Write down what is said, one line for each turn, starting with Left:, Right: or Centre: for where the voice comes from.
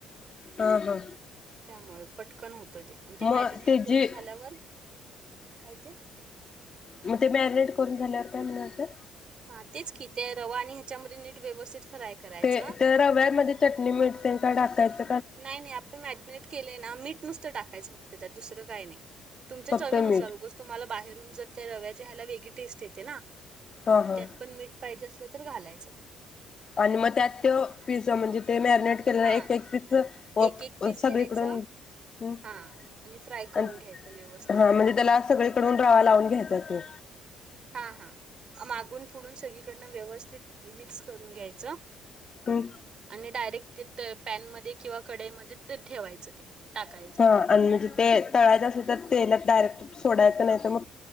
Left: हा हा
Right: त्यामुळ. पटकन ते मॅरिनेट
Left: मग ते
Right: करून
Left: जे
Right: झाल्यावर काय ते
Left: मग ते मॅरिनेट करून झाल्यावर काय म्हणालतात
Right: हा तेच किती आहे रवा आणि ह्याच्यामध्ये नीट व्यवस्थित फ्राय करायचं
Left: ते त्या रव्यामध्ये चटणी मीठ ते काय टाकायच
Right: नाही नाही आपण मॅगिनेट केलय ना मीठ नुसतं टाकायचं फक्त त्यात दुसरं काही नाही. तुमच्या
Left: फक्त
Right: चवीनुसार
Left: मीठ
Right: उगच तुम्हाला बाहेर जे त्या रव्याच्या ह्याला वेगळी टेस्ट येते ना
Left: हा हा
Right: त्यात पण मीठ पाहिजे अस तर घालायचं.
Left: आणि मग त्यात त्यो पिझा म्हणजे ते मॅरिनेट केलेलं
Right: हा
Left: एक एक पस होती
Right: एक एक पीस
Left: सगळीकडून
Right: घ्यायचं
Left: <inaudible>
Right: हा आणि फ्राय करून घ्यायचं व्यवस्थित
Left: हा म्हणजे
Right: ते
Left: त्याला सगळीकडून रवा लावून घ्यायचा तो.
Right: हा हा. मागून पुडुन सगळीकडनं व्यवस्थित मिक्स करून घ्यायचं
Left: हम्म
Right: आणि डायरेक्ट ते त पॅनमध्ये किंवा कढईमध्ये ते ठेवायचं ते
Left: <inaudible>
Right: टाकायचं
Left: ह आणि जे ते तळायच असल तर तेलात डायरेक्ट सोडायचं नाही तर म